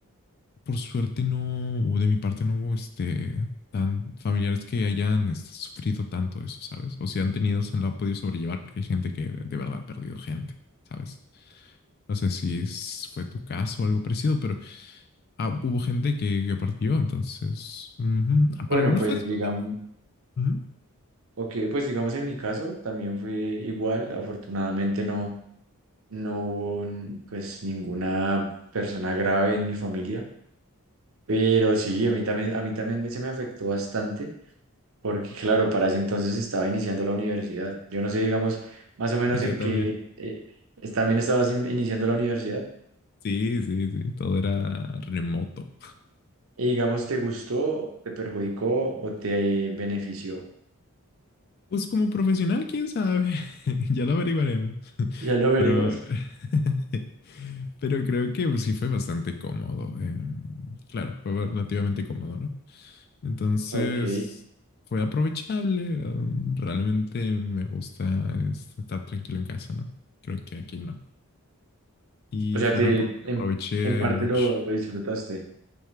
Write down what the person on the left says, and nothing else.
por suerte no, o de mi parte no hubo este, tan familiares que hayan este, sufrido tanto eso, ¿sabes? O si han tenido, se lo ha podido sobrellevar porque hay gente que de, de verdad ha perdido gente, ¿sabes? No sé si es- fue tu caso o algo parecido, pero ah, hubo gente que, que partió, entonces, ujú. Ah, Para
algunos
fue disfrutable.
Ujú.
<laughs> Yo
también.
Sí, sí, sí, todo era remoto.
Pues como profesional, quién sabe, <laughs> ya lo averiguaremos. <laughs>
Pero, <laughs> pero creo que pues, sí fue bastante cómodo. eh, claro, fue relativamente cómodo, ¿no? Entonces,
fue aprovechable. um, realmente me gusta este, estar tranquilo en casa, ¿no? Creo que aquí no. Y
fue
una época que
aproveché
mucho.